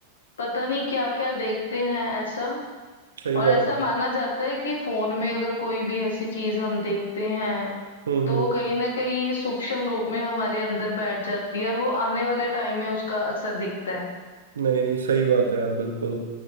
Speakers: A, on the left (about 65°); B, on the right (about 70°).
A: पता नहीं क्या क्या देखते हैं ऐसा
B: सही
A: और ऐसा
B: बात है
A: माना जाता है कि फोन में अगर कोई भी ऐसी चीज हम देखते हैं
B: हम्म
A: तो
B: हम्म
A: वो कहीं ना कहीं सूक्ष्म रूप में हमारे अंदर बैठ जाती है और वो आने वाले टाइम में उसका असर दिखता है
B: नहीं नहीं सही बात है यार बिल्कुल